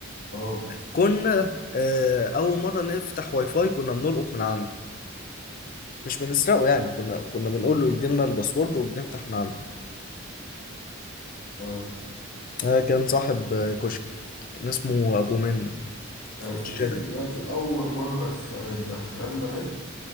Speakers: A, on the left; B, on the left.
A: اه
B: كنا آه، اول مره نفتح واي فاي كنا بنلقط من عنده مش بنسرقه يعني كنا كنا بنقول له يدينا الباسورد وبنفتح من عنده
A: اه
B: آه، كان صاحب آه، كشك كان اسمه ابو منة في
A: انا افتكرت
B: وشنا
A: دلوقتي
B: كده
A: اول مره دخ... دخلنا نت